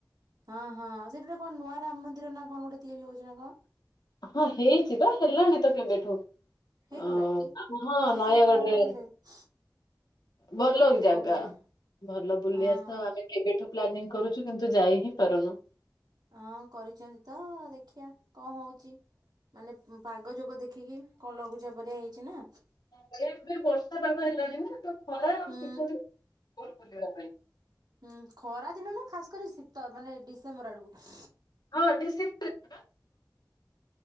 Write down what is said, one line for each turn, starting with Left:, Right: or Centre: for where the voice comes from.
Right: ହଁ ହଁ ଆ ସେଠାରେ ଗୋଟ କଣ ନୂଆ ରାମ ମନ୍ଦିର ନା କଣ ଗୋଟେ ତିଆରି ହଉଛି ନା କଣ।
Left: ହଁ ହେଇଛି ତ ହେଲାଣି ତ କେବେଠୁ
Right: ହେଇଗଲାଣି
Left: ଅହଁ
Right: କି? ସେ
Left: ନୟାଗଡରେ।
Right: ସେଇ <unintelligible>
Left: ଭଲ ଜାଗା,
Right: କହୁଥିଲେ
Left: ଭଲ ବୁଲି
Right: ହଁ
Left: ଆସ ଆମେ କେବେଠୁ ପ୍ଲାନିଂ କରୁଛୁ କିନ୍ତୁ ଯାଇ ହିଁ ପାରୁନୁ।
Right: ହଁ, କରିଛନ୍ତି ତ ଦେଖିବା କଣ ହଉଛି। ମାନେ ପାଗ ଯୋଗ ଦେଖିକି କଣ ଲଘୁଚାପ ଘରିକା ହେଇଛି ନା।
Left: <unintelligible> ଏବେ ବର୍ଷା ପାଗ ହେଲାଣି ନା ତ ଖରା ଆଉ
Right: ହୁଁ।
Left: ଶୀତ ଦିନେ ଭଲ ବୁଲିବା ପାଇଁ।
Right: ହୁଁ, ଖରା ଦିନ ନୁହେଁ ଖାସ କରି ଶୀତ ମାନେ ଡିସେମ୍ବର ଆଡକୁ।
Left: ହଁ ଡିସେ <unintelligible> <unintelligible> ତ